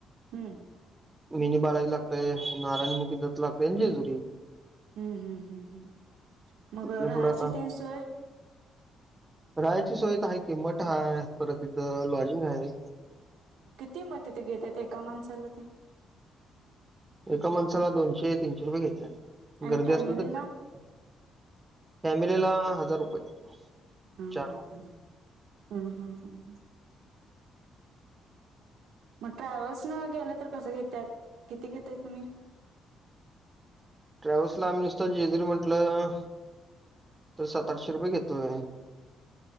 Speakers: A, on the right; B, on the right.
A: हम्म.
B: मिनी बालाजी लागतय नारायणमुखी दत्त लागतय आणि जेजुरी
A: हम्म हम्म हम्म हम्म मगं
B: तिथन पुढं
A: राहायची
B: आता
A: तेन सोय
B: राहायची सोय तर हाय की मठ हाय परत तिथ लॉजिंग आहे
A: किती मग तिथे घेतात एका माणसाला ते
B: एका माणसाला दोनशे, तीनशे रुपये घेत्यात
A: आणि
B: गर्दी
A: फॅमिलीला
B: असल तर जास्त फॅमिली ला हजार रुपये
A: हम्म
B: चार
A: हम्म हम्म हम्म हम्म हम्म मग ट्रॅव्हल्स न गेलं तर कसं घेत्यात किती घेताय तुम्ही
B: ट्रॅव्हल्स ला आम्ही नुसत जेजुरी म्हटलं तर सात आठशे रुपये घेतोय